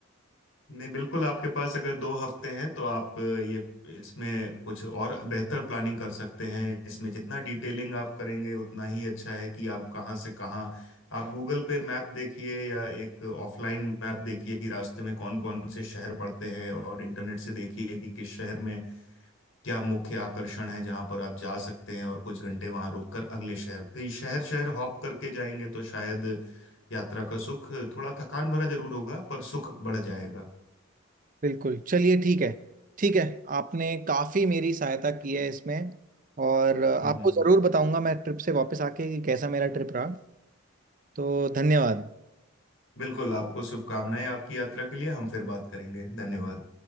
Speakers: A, on the left; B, on the right.
A: नहीं बिल्कुल आपके पास अगर दो हफ्ते हैं तो आप अ, ये इसमें कुछ और बेहतर प्लानिंग कर सकते हैं इसमें जितना डिटेलिंग आप करेंगे उतना ही अच्छा है कि आप कहाँ से कहाँ आप गूगल पे मैप देखिए या एक ऑफलाइन मैप देखिए कि रास्ते में कौन कौन से शहर पड़ते हैं और इंटरनेट से देखिए कि किस शहर में क्या मुख्य आकर्षण है जहाँ पर आप जा सकते हैं और कुछ घंटे वहाँ रुककर अगले शहर कई शहर शहर हॉप करके जाएंगे तो शायद यात्रा का सुख थोड़ा थकान भरा जरूर होगा पर सुख बढ़ जाएगा
B: बिल्कुल चलिए ठीक है ठीक है आपने काफ़ी मेरी सहायता की है इसमें और अ,
A: हम्म
B: आपको
A: हम्म।
B: ज़रूर बताऊंगा मैं ट्रिप से वापस आके कि कैसा मेरा ट्रिप रहा तो धन्यवाद
A: बिल्कुल आपको शुभकामनाएं आपकी यात्रा के लिए हम फिर बात करेंगे धन्यवाद